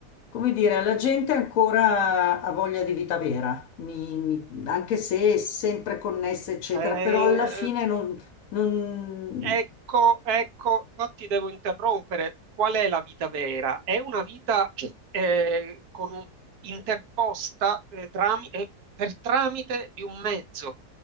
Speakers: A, on the left (about 65°); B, on the right (about 80°).
A: come dire, la gente ancora ha voglia di vita vera, mi mi anche se è sempre connessa, eccetera,
B: Eh,
A: però alla fine non, non...
B: Ecco, ecco, no, ti devo interrompere. Qual è la vita vera? È una vita eh, con un- interposta eh, trami- eh, per tramite di un mezzo,